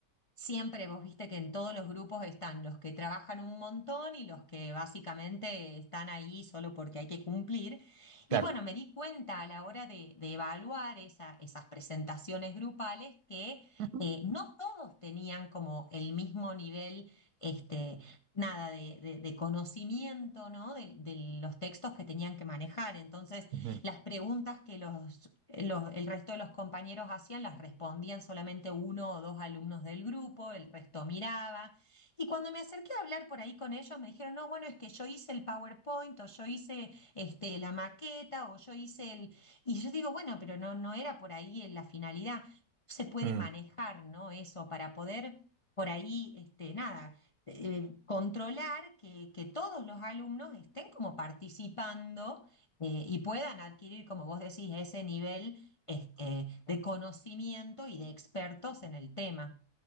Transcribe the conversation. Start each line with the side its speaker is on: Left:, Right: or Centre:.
Left: Siempre vos viste que en todos los grupos están los que trabajan un montón y los que básicamente están ahí solo porque hay que cumplir. Y
Right: Claro.
Left: bueno, me di cuenta a la hora de, de evaluar esa- esas presentaciones grupales que
Right: Ujú,
Left: eh, no todos tenían como el mismo nivel, este, nada, de, de- de conocimiento, ¿no? de de los textos que tenían que manejar. Entonces,
Right: ujú.
Left: las preguntas que los, los- el resto de los compañeros hacían las respondían solamente uno o dos alumnos del grupo, el resto miraba. Y cuando me acerqué a hablar por ahí con ellos, me dijeron, no, bueno, es que yo hice el PowerPoint o yo hice este, la maqueta o yo hice el... Y yo digo, bueno, pero no, no era por ahí en la finalidad. Se puede
Right: mm,
Left: manejar, ¿no? Eso para poder por ahí, este, nada eh, controlar que, que todos los alumnos estén como participando eh, y puedan adquirir, como vos decís, ese nivel este, de conocimiento y de expertos en el tema.